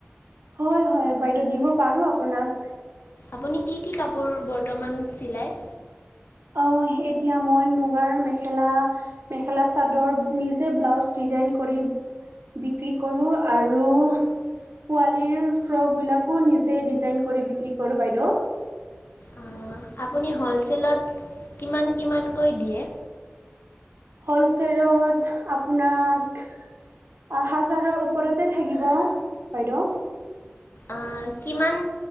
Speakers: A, on the right (about 70°); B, on the left (about 60°).
A: হয়, হয় বাইদেউ দিব পাৰোঁ আপোনাক।
B: আপুনি কি, কি কাপোৰ বৰ্তমান চিলাই?
A: অ', এতিয়া মই মুগাৰ মেখেলা, মেখেলা চাদৰ নিজে ব্লাউজ ডিজাইন কৰি বিক্ৰী কৰোঁ, আৰু পোৱালীৰ ফ্ৰকবিলাকো নিজে ডিজাইন কৰি বিক্ৰী কৰোঁ বাইদেউ।
B: আহ, আপুনি হ'লচেলত কিমান, কিমানকৈ দিয়ে?
A: হ'লচেলত আপোনাক, হাজাৰৰ ওপৰতে থাকিব বাইদেউ।
B: আ, কিমান,